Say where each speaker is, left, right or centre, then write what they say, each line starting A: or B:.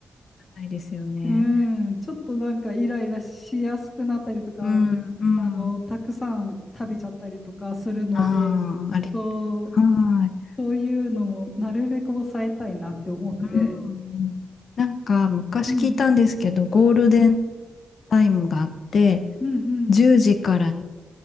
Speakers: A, on the left (about 65°); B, on the left (about 35°).
A: ないですよね。
B: うん、ちょっとなんかイライラしやすくなったりとか、
A: うん、うん。
B: あの、たくさん食べちゃったりとかするので、
A: ああ、あれ。
B: そう、
A: はい。
B: そういうのもなるべく抑えたいなって思って。
A: うんなんか昔聞いたんですけど、
B: うん、
A: ゴールデンタイムがあって、
B: うん、うん、
A: 10時から